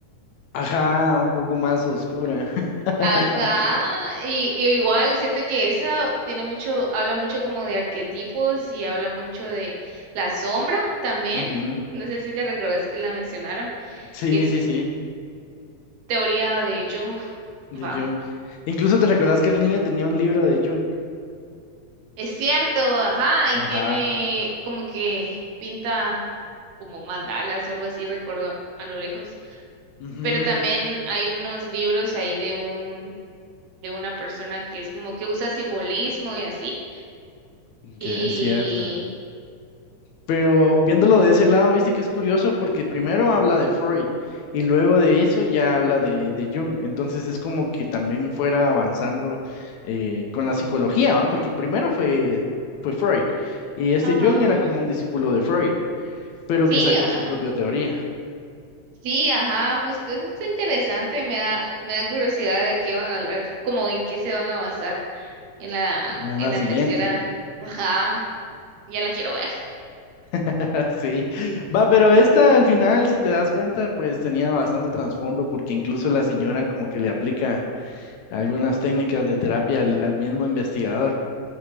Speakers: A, on the left (about 75°); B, on the right (about 70°).
A: Ajá, un poco más oscura. <laughs>
B: Ajá, y, y igual siento que esa tiene mucho, habla mucho como de arquetipos y habla mucho de la sombra también.
A: Ujú.
B: No sé si te recuerdas que la mencionaron,
A: Sí,
B: que es
A: sí, sí,
B: teoría de Jung,
A: de
B: va.
A: Jung. Incluso te recordás que el niño tenía un libro de Jung.
B: Es cierto, ajá, y
A: Ajá.
B: tiene como que pinta como mandalas o algo así, recuerdo a lo lejos.
A: Ujú.
B: Pero también hay unos libros ahí de un, de una persona que es como que usa simbolismo y así.
A: Ya,
B: Y
A: es cierto. Pero viéndolo de ese lado, viste que es curioso porque primero habla de Freud y luego de eso ya habla de, de Jung. Entonces es como que también fuera avanzando eh, con la psicología, ¿va? Porque primero fue, fue Freud y este
B: ajá,
A: Jung era como un discípulo de Freud, pero
B: sí,
A: que sacó
B: ah,
A: su propia teoría,
B: sí, ajá, justo, eso está interesante, me da, me da curiosidad de qué van a hablar, como en qué se van a basar en la,
A: la
B: en
A: la
B: la
A: siguiente.
B: tercera, ajá, ya la quiero ver.
A: <laughs> Sí, va, pero esta al final, si te das cuenta, pues tenía bastante trasfondo porque incluso la señora como que le aplica Algunas técnicas de terapia al, al mismo investigador.